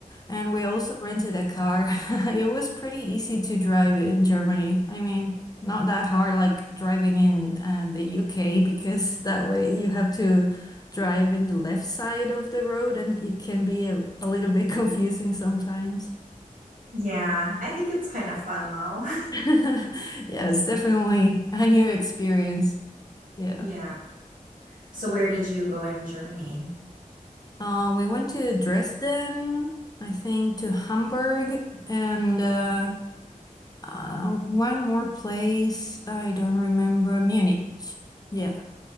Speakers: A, on the left; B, on the right.
A: And we also rented a car. <laughs> It was pretty easy to drive in Germany. I mean, not that hard like driving in um, the UK because that way you have to drive in the left side of the road and it can be a, a little bit confusing sometimes.
B: Yeah, I think it's kind of fun though. <laughs>
A: <laughs> Yeah, it's definitely a new experience. Yeah.
B: Yeah. So where did you go in Germany?
A: Uh, we went to Dresden, I think to Hamburg and uh, Uh, one more place. I don't remember. Munich. Yeah.